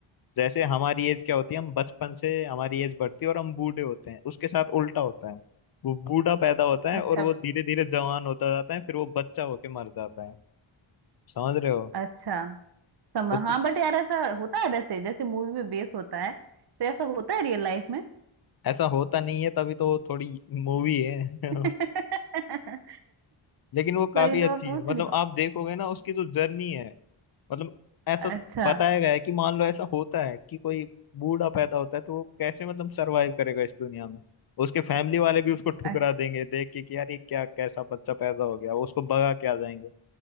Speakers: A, on the left (about 50°); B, on the right (about 50°).
A: जैसे हमारी एज क्या होती है हम बचपन से हमारी एज बढ़ती है और हम बूढ़े होते हैं उसके साथ उल्टा होता है वो बूढ़ा पैदा होता है
B: अच्छा
A: और वो धीरे धीरे जवान होता जाता है फिर वो बच्चा होके मर जाता है समझ रहे हो
B: अच्छा समझ
A: उसके
B: हाँ बट यार ऐसा होता है वैसे जैसे मूवी में बेस होता है तो ऐसा होता है रियल लाइफ में
A: ऐसा होता नहीं है तभी तो वो थोड़ी मूवी है
B: <laughs>
A: <laughs>
B: तभी
A: लेकिन वो
B: तो
A: काफी
B: मैं
A: अच्छी
B: पूछ
A: है मतलब
B: रही हूँ
A: आप देखोगे ना उसकी जो जर्नी है मतलब ऐसा
B: अच्छा
A: बताया गया है कि मान लो ऐसा होता है कि कोई बूढ़ा पैदा होता है तो वो कैसे मतलब सरवाइव करेगा इस दुनिया में उसके फैमिली वाले भी उसको ठुकरा
B: अच्छा
A: देंगे देख के कि यार ये क्या कैसा बच्चा पैदा हो गया वो उसको भगा के आ जाएंगे